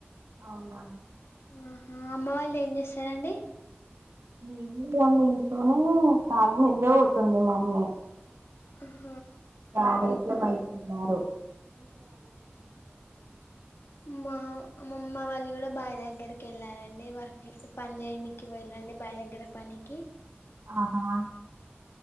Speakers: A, on the right; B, on the left.
A: అవున
B: ఆహా అమ్మ వాళ్ళు ఏం చేస్తారండి.
A: ఏమి లేదండి ఇంట్లోనే కాళ్ళ నిద్ర పోతుంది మమ్మీ
B: అ..
A: అడ ఇట్ మై ఉన్నారు
B: మా అమ్మమ్మ వాళ్ళు గుడా బాయి దగ్గరికి వెళ్ళారండి వర్క్ పని చేయనికి వెళ్ళరండి బావి దగ్గర పనికి
A: <inaudible>